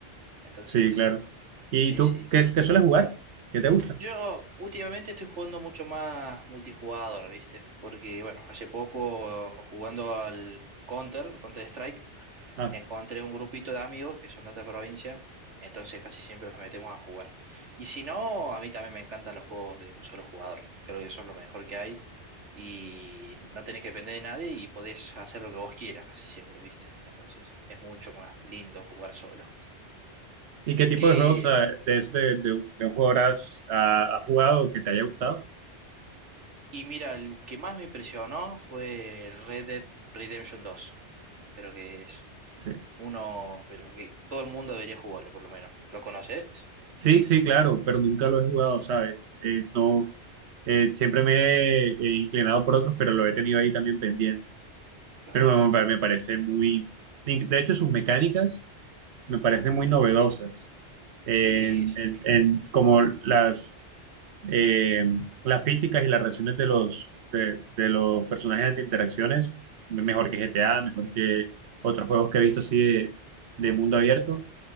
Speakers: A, on the right (about 90°); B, on the right (about 70°).
A: Entonces,
B: sí, claro. ¿Y
A: sí,
B: tú
A: sí.
B: qué, qué sueles jugar? ¿Qué te gusta?
A: Yo últimamente estoy jugando mucho más multijugador, viste, porque bueno, hace poco jugando al Counter, Counter Strike,
B: Ah,
A: encontré un grupito de amigos que son de otra provincia, entonces casi siempre nos metemos a jugar. Y si no, a mí también me encantan los juegos de un solo jugador, creo que son lo mejor que hay y no tenés que depender de nadie y podés hacer lo que vos quieras casi siempre, ¿viste? Entonces es mucho más lindo jugar solo.
B: ¿y qué tipo
A: Que,
B: de juegos ah, de, de, de un, de un jugador has, ah, has jugado que te haya gustado?
A: y mira, el que más me impresionó fue el Red Dead Redemption 2, creo que es
B: Sí.
A: uno, pero que todo el mundo debería jugarlo por lo menos. ¿Lo conoces?
B: Sí, sí, claro, pero nunca lo he jugado, ¿sabes? Eh, no,
A: Claro,
B: Eh, siempre me he inclinado por otros, pero lo he tenido ahí también pendiente.
A: claro.
B: Pero me, me me parece muy... De hecho, sus mecánicas me parecen muy novedosas. En,
A: Sí, sí.
B: en- en como las, eh, las físicas y las reacciones de los, de, de los personajes de interacciones, mejor que GTA, mejor que otros juegos que he visto así de, de mundo abierto.